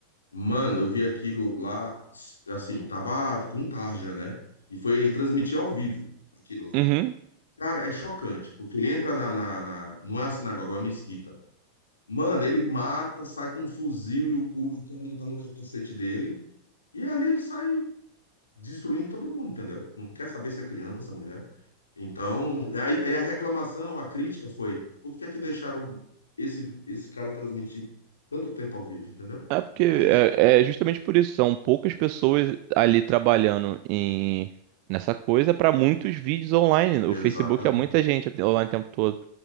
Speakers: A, on the left; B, on the right.
A: Mano, eu vi aquilo lá, assim, tava com tarja, né? E foi ele transmitir ao vivo aquilo lá.
B: Uhum.
A: Cara, é chocante, porque ele entra na, na, na- não é a sinagoga, é uma mesquita. Mano, ele mata, sai com um fuzil e o, o a câmera tá no capacete dele. E ali ele sai destruindo todo mundo, entendeu? Não quer saber se é criança, mulher. Então, aí, aí a reclamação, a crítica foi: por que é que deixaram esse, esse cara transmitir tanto tempo ao vivo, entendeu?
B: É porque
A: É isso.
B: é, é justamente por isso, são poucas pessoas ali trabalhando em nessa coisa para muitos vídeos online. O
A: Exatamente,
B: Facebook é muita gente online o tempo todo.